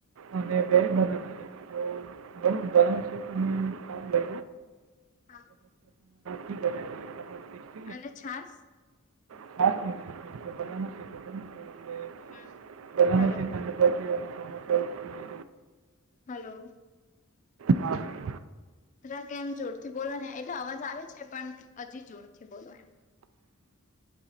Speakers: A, on the right (about 75°); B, on the left (about 35°).
A: અને બે બના તો બ બના છે પણ કામ લ
B: હા
A: કાગે પ
B: અને છાસ
A: ખાસ શ
B: હમ
A: બધ
B: હલો
A: ચીકી
B: હલો
A: હા
B: રા કે એમ જોરથી બોલો ને એટલે અવાજ આવે છે પણ હજી જોરથી બોલો એમ